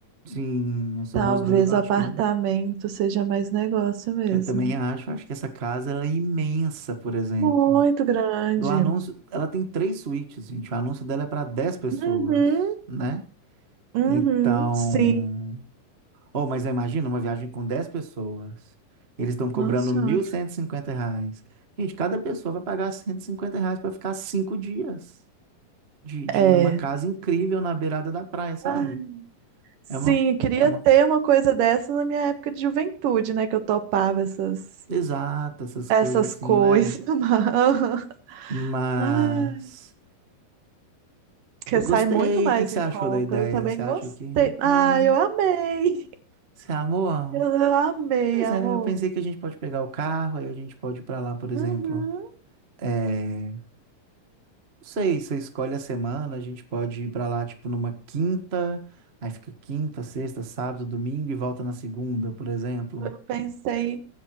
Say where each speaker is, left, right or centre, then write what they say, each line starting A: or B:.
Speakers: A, on the right (about 55°); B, on the right (about 70°).
A: Sim, só
B: Talvez
A: nós dois, eu acho
B: o apartamento
A: que é.
B: seja mais negócio mesmo.
A: Eu também acho, acho que essa casa, ela é imensa, por exemplo.
B: Muito grande.
A: Do anúncio, ela tem três suítes, gente, o anúncio dela é para dez pessoas,
B: Uhum,
A: né?
B: uhum,
A: Então,
B: sim.
A: oh, mas imagina uma viagem com 10 pessoas, eles estão cobrando
B: Nossa
A: mil
B: Senhora.
A: cento e cinquenta reais. Gente, cada pessoa vai pagar 150 reais para ficar cinco dias. de, de
B: É.
A: numa casa incrível na beirada da praia, sabe?
B: Ai, Sim,
A: É uma,
B: eu queria
A: é uma
B: ter uma coisa dessa na minha época de juventude, né? Que eu topava essas,
A: exata, essas
B: essas
A: coisas assim,
B: coisas.
A: né?
B: <laughs> mas- aham.
A: Mas
B: Ai, Que
A: eu gostei.
B: sai muito mais
A: O que que você
B: em
A: achou
B: conta.
A: da ideia?
B: Eu também
A: Você acha
B: gostei.
A: que,
B: Ah,
A: ah,
B: eu amei.
A: você amou? amor?
B: Eu amei,
A: Pois
B: amor.
A: é, eu pensei que a gente pode pegar o carro, aí a gente pode ir pra lá, por exemplo.
B: Uhum.
A: É, não sei, você escolhe a semana, a gente pode ir pra lá, tipo, numa quinta, aí fica quinta, sexta, sábado, domingo e volta na segunda, por exemplo.
B: Eu Pensei